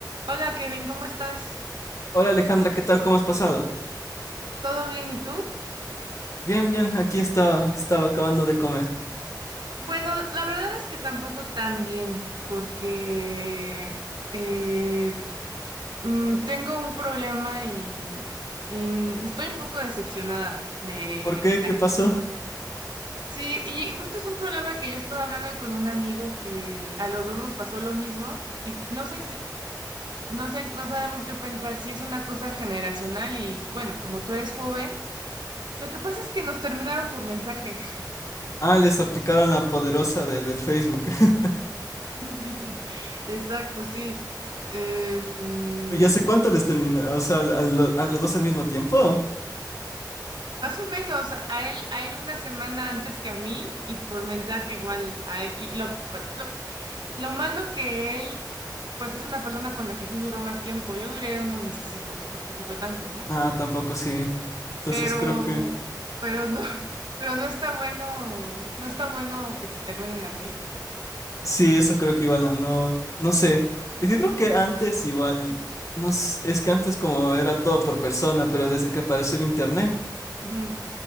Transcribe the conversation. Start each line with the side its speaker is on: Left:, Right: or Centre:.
Right: Hola Kevin, ¿cómo estás?
Left: Hola Alejandra, ¿qué tal? ¿Cómo has pasado?
Right: ¿Todo bien y tú?
Left: Bien, bien, aquí estaba, estaba acabando de comer.
Right: Bueno, la verdad es que tampoco tan bien, porque eh, mm, tengo un problema y, y estoy un poco decepcionada de,
Left: ¿Por qué?
Right: de la-
Left: ¿Qué pasó?
Right: Sí, y justo es un problema que yo estaba hablando con un amigo que a los dos nos pasó lo mismo y no sé si, no sé, no sabemos qué pensar, si es una cosa generacional y bueno, como tú eres joven, lo que pasa es que nos terminaron por mensaje.
Left: Ah, les aplicaron la poderosa de- del Facebook. <laughs>
Right: <laughs> Exacto, sí. Em, mm,
Left: ¿Y hace cuánto les terminó? O sea, ¿a, lo- a los dos al mismo tiempo?
Right: más o menos, a él, a él una semana antes que a mí y por mensaje igual. a él. y lo, pues, lo, lo malo que él, pues es una persona con la que sí duró más tiempo. Yo duré unos mesecitos, tampoco fue tanto, ¿no?
Left: Ah, tampoco sí. Entonces
Right: Pero,
Left: creo que,
Right: pero no, <laughs> pero no está bueno, no está bueno que te terminen así.
Left: sí, eso creo que igual no, no, no sé. Es que creo que antes igual, no sé, es que antes como era todo por persona, pero desde que apareció el internet,
Right: Ujú.